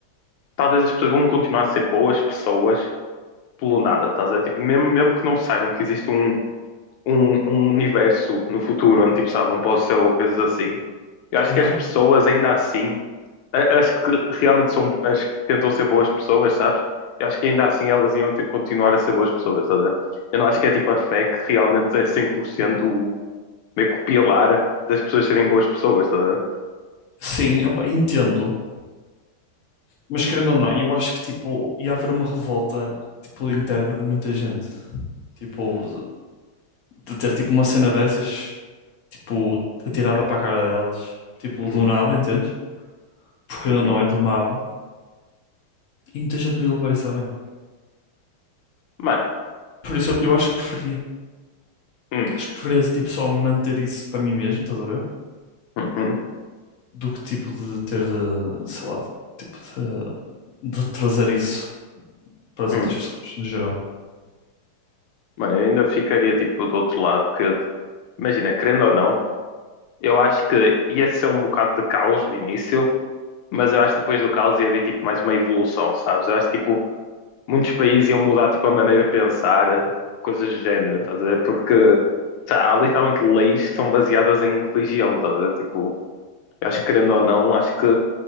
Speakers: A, on the left; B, on the left.
A: talvez as pessoas vão continuar a ser boas pessoas pelo nada, estás a ver? Tipo, mesmo, mesmo que não saibam que existe um, um, um universo no futuro onde tipo, sabem, vão para céu ou coisas assim, eu acho
B: Aham.
A: que as pessoas ainda assim a- acho que realmente são, bo- acho que tentam ser boas pessoas, sabes? Eu acho que ainda assim elas iam ter- continuar a ser boas pessoas, estás a ver? Eu não acho que é tipo a fé que realmente é 100% o, meio que o pilar das pessoas serem boas pessoas, estás a ver?
B: Sim, opa, entendo. Mas querendo ou não, eu acho que tipo, ia haver uma revolta tipo, interna de muita gente. Tipo, de ter tipo uma cena dessas, tipo, atirada para a cara deles. Tipo,
A: Hum,
B: do nada, entendes? Porque querendo
A: uhum.
B: ou não, é do nada. E muita gente não ia levar isso a bem.
A: Mano,
B: Por isso eu eu acho que preferia.
A: hum,
B: Acho que preferia tipo só manter isso para mim mesmo, estás a ver?
A: uhum,
B: Do que tipo de ter de, sei lá, tipo de, de trazer isso para as
A: hum.
B: outras pessoas no geral.
A: Mano, eu ainda ficaria tipo do outro lado, porque imagina, querendo ou não, eu acho que ia ser um bocado de caos no início, mas eu acho que depois do caos ia haver tipo mais uma evolução, sabes? Eu acho tipo muitos países iam mudar tipo a maneira de pensar, coisas do género, estás a ver? Porque sei lá, há literalmente leis que são baseadas em religião, estás a ver? Tipo, eu acho que querendo ou não, acho que